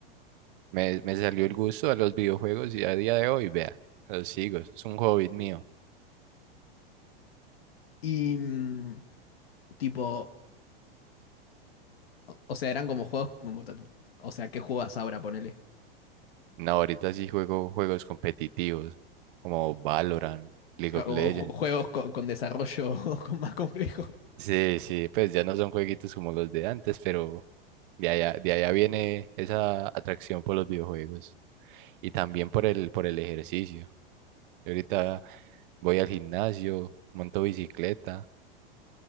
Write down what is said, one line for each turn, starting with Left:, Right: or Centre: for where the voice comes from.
Right: me, me salió el gusto a los videojuegos y a día de hoy, vea, los sigo. Es un hobby mío.
Left: y mm, tipo, o, o sea, eran como juegos como... ta- O sea, ¿qué juegas ahora, ponele?
Right: No, ahorita sí juego juegos competitivos como Valorant, League
Left: Como
Right: of Legends.
Left: ju- juegos con, con desarrollo <laughs> con más complejo.
Right: Sí, sí, pues ya no son jueguitos como los de antes, pero de allá, de allá viene esa atracción por los videojuegos. Y también por el, por el ejercicio. Yo ahorita voy al gimnasio, monto bicicleta,